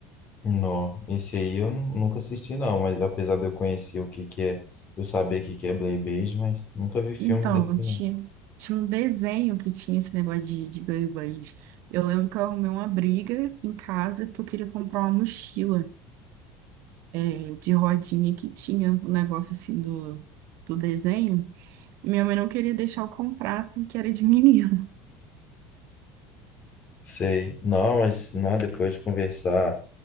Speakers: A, on the left; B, on the right.
A: Não, esse aí eu nu- nunca assisti não, mas apesar de eu conhecer o que que é, eu saber o que que é Blade Blade, mas nunca vi filme
B: Então,
A: desse
B: tinha,
A: não.
B: tinha um desenho que tinha esse negócio de, de Beyblade. Eu lembro que eu arrumei uma briga em casa porque eu queria comprar uma mochila é, de rodinha que tinha um negócio assim do, do desenho. E minha mãe não queria deixar eu comprar porque era de <laughs> menino.
A: Sei. Não, mas não, depois de conversar